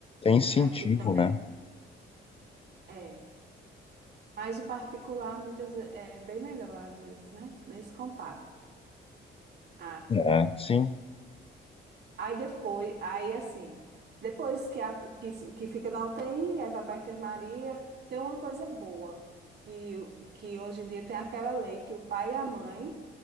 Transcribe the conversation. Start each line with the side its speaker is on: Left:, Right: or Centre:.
Left: É incentivo,
Right: A equipe também
Left: né?
Right: é, mas o particular muitas ve- é bem melhor às vezes, né? Nem se compara. Ah,
Left: É, sim,
Right: Aí depois, aí assim, depois que, a, que, s- que fica na UTI, aí vai para a enfermaria, tem uma coisa boa, que, que hoje em dia tem aquela lei que o pai e a mãe,